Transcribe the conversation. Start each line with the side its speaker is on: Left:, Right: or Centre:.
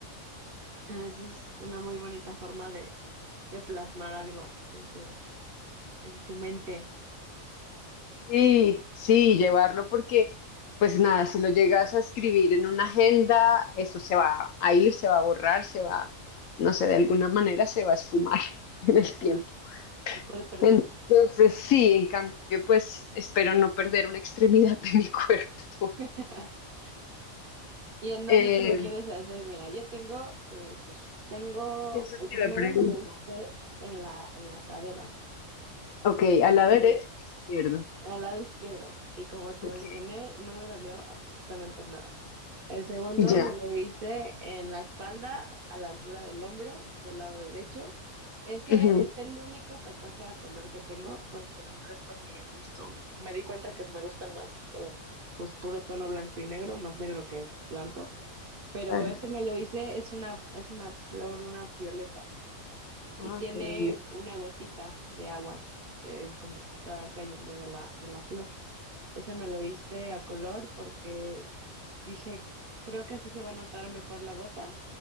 Right: Ah, eso es una muy bonita forma de, de plasmar algo en tu, en tu mente,
Left: sí sí, llevarlo porque pues nada, si lo llegas a escribir en una agenda, eso se va a ir, se va a borrar, se va, no sé, de alguna manera se va a esfumar <laughs> en el tiempo.
Right: ¿verdad? Te puede perder.
Left: Entonces, sí, en cambio, pues espero no perder una extremidad de mi <laughs> cuerpo.
Right: <laughs> ¿Y en dónde
Left: Eh,
Right: te lo quieres hacer? Mira, yo tengo, te voy a decir, tengo,
Left: eso
Right: el
Left: te
Right: primero
Left: iba a preguntar.
Right: me lo hice en la, en la cadera.
Left: Ok,
Right: Mm,
Left: a la derecha
Right: de-
Left: o izquierda.
Right: al lado izquierdo y como te
Left: Ok,
Right: mencioné, no me dolió absolutamente nada. El segundo
Left: ya.
Right: me lo hice en la espalda, a la altura del hombro, del lado derecho. Ese
Left: Ujú,
Right: es el único tatuaje a color que tengo porque el resto me gustó. Me di cuenta que me gustan más, eh, pues puro tono blanco y negro, más negro que blanco. Pero
Left: claro.
Right: este me lo hice, es una, es una flor, una violeta y
Left: Ah,
Right: tiene
Left: qué bonito.
Right: una gotita de agua que como que está cayendo de la, de la flor. Ese me lo hice a color porque Dije, creo que así se va a notar mejor la gota